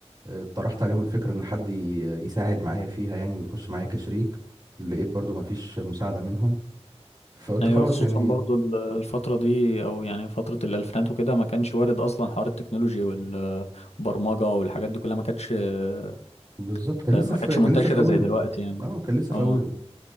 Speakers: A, on the right (about 35°); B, on the left (about 70°).
A: آه، طرحت عليهم الفكرة ان حد ي- يساعد معايا فيها يعني ويخش معايا كشريك لقيت برضو ما فيش مساعدة منهم فقلت
B: ايوه
A: خلاص
B: خصوصا
A: يعني
B: برضو ال- الفترة دي او يعني فترة الالفينات وكده ما كانش وارد اصلا حوار التكنولوجي والبرمجة والحاجات دي كلها ما كانتش آه،
A: بالظبط كان
B: ما
A: لسه في
B: كانتش
A: كان
B: منتشرة
A: لسه في اوله
B: زي دلوقتي يعني
A: اه كان لسه في
B: اه
A: اوله